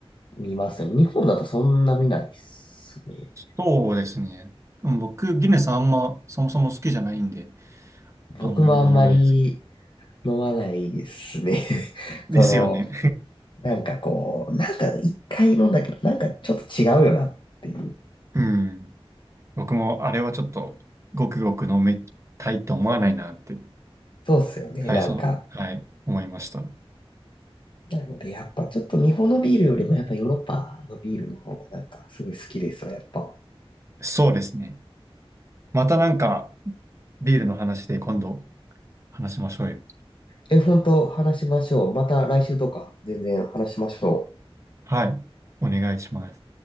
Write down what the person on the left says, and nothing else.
見ますね。日本だとそんな見ないっすね。
僕もあんまり飲まないですね。<laughs>
その、なんかこう、なんか一回飲んだけど、なんかちょっと違うよなっていう。
そうっすよね。
なんか。
なのでやっぱちょっと日本のビールよりもやっぱヨーロッパのビールの方がなんかすごい好きですわ、やっぱ。
え、本当話しましょう。また来週とか全然話しましょう。